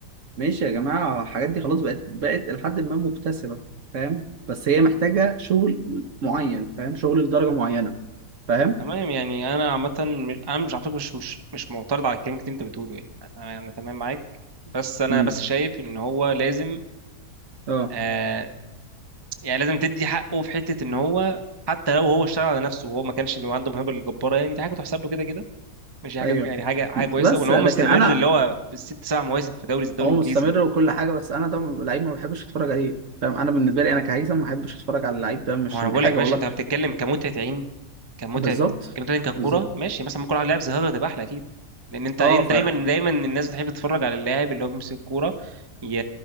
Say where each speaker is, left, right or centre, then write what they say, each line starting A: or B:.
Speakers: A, on the right; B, on the right.
A: ماشي يا جماعة الحاجات دي خلاص بقت بقت لحد ما مكتسبة فاهم بس هي محتاجة شغل معين فاهم شغل لدرجة معينة فاهم
B: تمام يعني انا عامه م- انا مش على فكره مش مش مش معترض على الكلام اللي انت بتقوله يعني انا انا تمام معاك بس انا
A: امم
B: بس شايف ان هو لازم
A: اه
B: آه يعني لازم تدي حقه في حته ان هو حتى لو هو اشتغل على نفسه وهو ما كانش اللي هو عنده موهبه الجباره يعني دي حاجه تحسب له كده كده ماشي حاجه
A: ايوه
B: يعني حاجه حاجه كويسه
A: بس
B: وان هو
A: لكن
B: مستمر
A: انا
B: اللي هو بالست سبع مواسم في دوري زي الدوري
A: هو
B: الانجليزي
A: مستمر وكل حاجه بس انا ده لعيب ما بحبش اتفرج عليه فاهم انا بالنسبه لي انا كهيثم ما بحبش اتفرج على اللعيب ده مش
B: ما
A: عشان
B: هو انا بقول
A: حاجه
B: لك ماشي
A: والله
B: انت بتتكلم كمتعه عين كمتعه
A: بالظبط
B: كمتعه عين ككوره
A: بالظبط
B: ماشي مثلا ممكن واحد لاعب زي هازارد تبقى احلى اكيد لان انت
A: اه
B: انت
A: ف
B: دايما دايما الناس بتحب تتفرج على اللاعب اللي هو بيمسك الكوره ي...